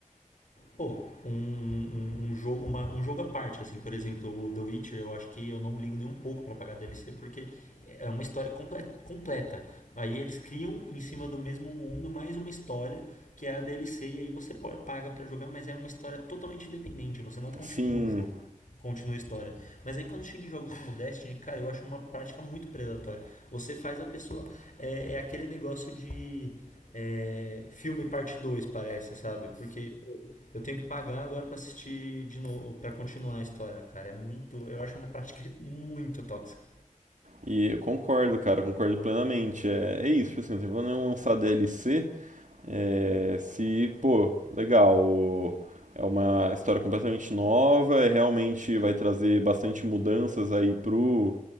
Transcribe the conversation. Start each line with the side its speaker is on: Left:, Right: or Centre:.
Left: pô, um, um, um jogo, uma, um jogo à parte, assim, por exemplo, o The Witcher, eu acho que eu não ligo nem um pouco pra pagar DLC, porque é uma história comple- completa. Aí eles criam em cima do mesmo mundo mais uma história que é a DLC, e aí você po- paga pra jogar, mas é uma história totalmente independente, você não continua
Right: Sim.
Left: o jogo continua a história. Mas aí quando chega em jogos como Destiny, cara, eu acho uma prática muito predatória. Você faz a pessoa. É, é aquele negócio de. é, filme parte 2 parece, sabe? Porque pô, eu tenho que pagar agora pra assistir de novo, pra continuar a história, cara. É muito. Eu acho uma prática <laughs> muito tóxica.
Right: E eu concordo, cara, concordo plenamente. É, é isso, tipo assim, não tem problema nenhum lançar DLC. é, se, pô, legal, é uma história completamente nova, é, realmente vai trazer bastante mudanças aí pro,